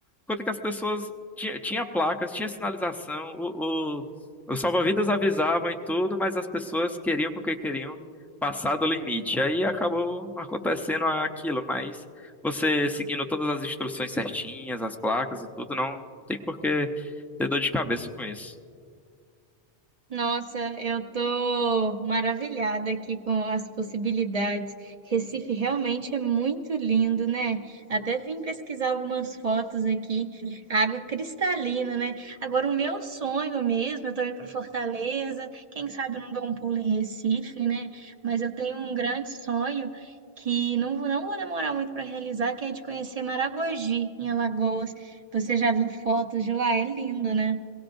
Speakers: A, in the centre; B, on the right (about 40°).
A: conta que as pessoas tinha, tinha placas, tinha sinalização, o, o, os salva-vidas avisavam e tudo, mas as pessoas queriam porque queriam passado o limite. Aí acabou acontecendo aquilo, mas você seguindo todas as instruções certinhas, as placas e tudo, não tem por que ter dor de cabeça com isso.
B: Nossa, eu tô maravilhada aqui com as possibilidades. Recife realmente é muito lindo, né? Até vim pesquisar algumas fotos aqui, água cristalina, né? Agora, o meu sonho mesmo, eu tô indo para Fortaleza, quem sabe eu não dou um pulo em Recife, né? Mas eu tenho um grande sonho que não, vou- não vou demorar muito para realizar, que é de conhecer Maragogi, em Alagoas. Você já viu fotos de lá? É lindo, né?